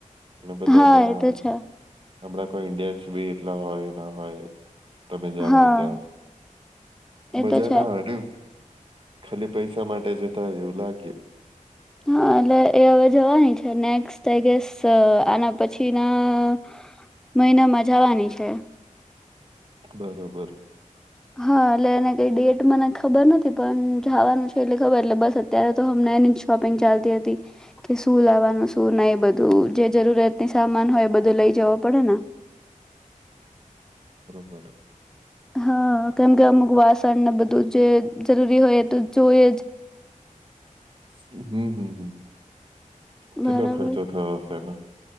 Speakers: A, on the right; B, in the centre.
A: અને બધા
B: હા
A: ત્યાં
B: એ તો છે
A: આપડા કોઈ ઈન્ડિયન્સ બી એટલા હોય ના હોય. તમે જ્યા
B: હા
A: રહો ત્યાં
B: એ
A: મજા
B: તો છે
A: ના આવે ને. ખાલી પૈસા માટે જતા હોઈ લાગે.
B: હા એટલે એ હવે જવાની છે નેક્સ્ટ એગસ આના પછી ના મહિનામાં જવાની છે.
A: બરોબર.
B: હા એટલે એને કઈ ડેટ મને ખબર નથી પણ જવાનું છે એટલે ખબર એટલે બસ અત્યારે તો હમને એની જ શોપિંગ ચાલતી હતી કે શું લાવવાનું શું નહી બધું જે જરૂરિયાતની સામાન હોય બધુ લઈ જવા પડેને.
A: બર
B: હા કેમ કે અમુકવા બધું જ જરૂરી હોય. તો જોઈએ જ
A: હમ્મ હમ્મ. કેટલો
B: બરાબર
A: ખર્ચો થયો હશેને